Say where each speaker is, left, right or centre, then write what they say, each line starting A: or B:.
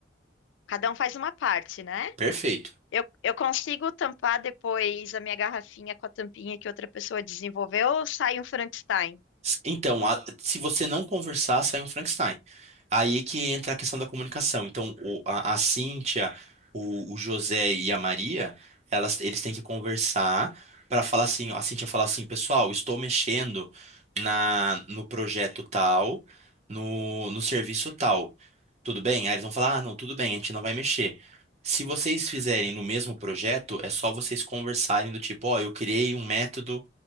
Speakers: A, on the left; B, on the right.
A: cada um faz uma parte, né?
B: perfeito.
A: Eu, eu consigo tampar depois a minha garrafinha com a tampinha que outra pessoa desenvolveu ou sai um Frankenstein?
B: Então, a- se você não conversar, sai um Frankenstein. Aí que entra a questão da comunicação. Então, o- a, a Cíntia, o, o José e a Maria, elas, eles têm que conversar para falar assim, a Cíntia fala assim, pessoal, estou mexendo na, no projeto tal, no, no serviço tal. Tudo bem? Aí eles vão falar, ah, não, tudo bem, a gente não vai mexer. Se vocês fizerem no mesmo projeto, é só vocês conversarem do tipo, ó, eu criei um método